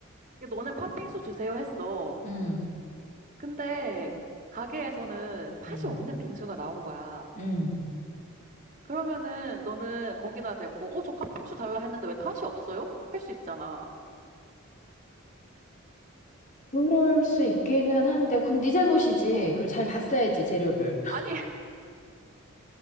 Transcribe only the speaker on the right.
이게 너는 팥빙수 주세요 했어.
근데 가게에서는 팥이
없는 빙수가 나온 거야.
그러면은 너는 거기다 대고, 어, 저 팥빙수 달라 했는데 왜 팥이 없어요? 할 수 있잖아.
어.
아니, <laughs>